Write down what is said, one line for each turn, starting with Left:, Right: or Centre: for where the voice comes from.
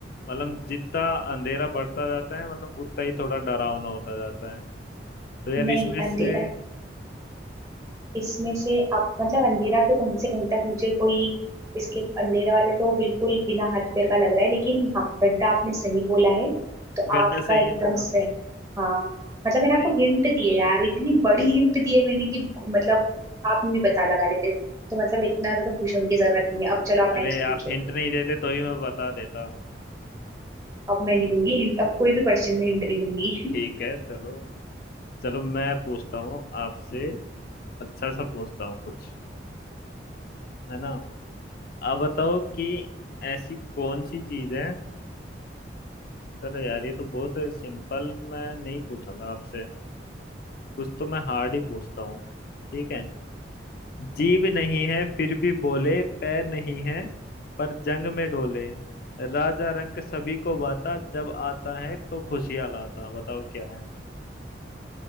Left: मतलब जितना अंधेरा बढ़ता जाता है मतलब उतना ही थोड़ा डरावना होता जाता है तो यार
Right: नहीं
Left: इसमें
Right: अंधेरा
Left: से
Right: इसमें से अब मतलब अंधेरा तो कहीं से कहीं तक मुझे कोई इसके अंधेरे वाला तो बिल्कुल बिना हथकड़ का लग रहा है लेकिन हाँ गड्ढा आपने सही बोला है तो
Left: गड्ढा
Right: आपका
Left: सही
Right: एकदम
Left: है ना
Right: सही हाँ मतलब मैंने
Left: भाई
Right: आपको हिंट दिए यार इतनी बड़ी हिंट दिए मैंने कि मतलब आप भी पता लगा लेते तो मतलब इतना ज्यादा खुश होने की जरूरत नहीं है अब चलो आप
Left: अरे
Right: नेक्स्ट
Left: आप
Right: पूछो
Left: हिंट नहीं देते तो ही मैं बता देता
Right: अब मैं नहीं दूंगी हिंट अब कोई भी क्वेश्चन में हिंट नहीं दूंगी
Left: ठीक है चलो चलो मैं पूछता हूँ आपसे अच्छा सा पूछता हूँ कुछ है ना आप बताओ कि ऐसी कौन सी चीज है चलो यार ये तो बहुत सिंपल मैं नहीं पूछूंगा आपसे कुछ तो मैं हार्ड ही पूछता हूँ ठीक है जीभ नहीं है फिर भी बोले पैर नहीं है पर जंग में डोले राजा रंक सभी को बाता जब आता है तो खुशियां लाता बताओ क्या है